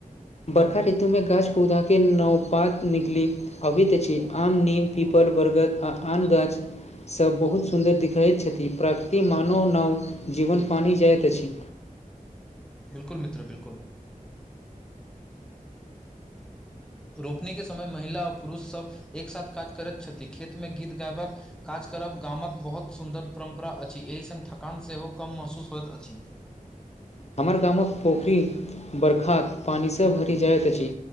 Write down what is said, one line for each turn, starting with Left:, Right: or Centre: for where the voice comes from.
Left: बर्खा ऋतुमे गाछ पौधा के नवपात निकली अभी तऽ छी आम नीम पीपल बरगद आ आम गाछ सभ बहुत सुन्दर देखिखैत छथि प्राकृति मानव नाव जीवन पानी जाइत अछि
Centre: बिलकुल मित्र बिलकुल रोपनी के समय महिला आ पुरुष सभ एक साथ काज करैत छथि खेतमे गीत गाबक काज करब गामक बहुत सुन्दर परम्परा अछि एहि संग थकान सेहो कम महसूस होइत अछि
Left: हमर गामक पोखरी बरखाक पानिसँ भरि जाइत अछि